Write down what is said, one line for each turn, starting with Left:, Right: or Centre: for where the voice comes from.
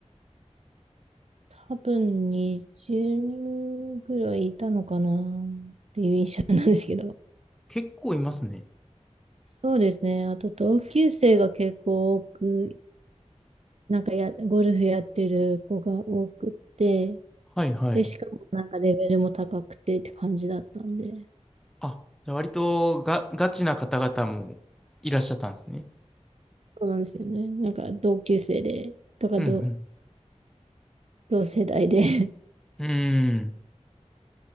Right: 多分20人ぐらいいたのかなっていう印象なんですけど。
Centre: 結構いますね。
Right: そうですね。あと同級生が結構多くなんかや、ゴルフやってる子が多くって、
Centre: はいはい。
Right: で、しかもなんかレベルも高くてって感じだったんで、
Centre: あ、じゃあ割とが、ガチな方々もいらっしゃったんですね。
Right: そうなんですよね。なんか同級生で、とか同、
Centre: うん
Right: 同世代で <laughs>
Centre: うん。うーん。